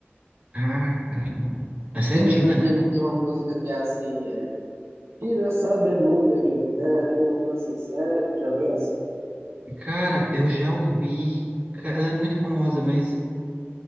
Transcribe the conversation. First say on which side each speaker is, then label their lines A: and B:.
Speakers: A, on the right; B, on the right.
A: Ah, caramba. Essa
B: Você
A: é antiga,
B: lembra
A: né?
B: que ele tem uma música que é assim: é, Tira essa bermuda que eu quero, você sério. Já viu essa?
A: Cara, eu já ouvi, ca- ela é muito famosa, mas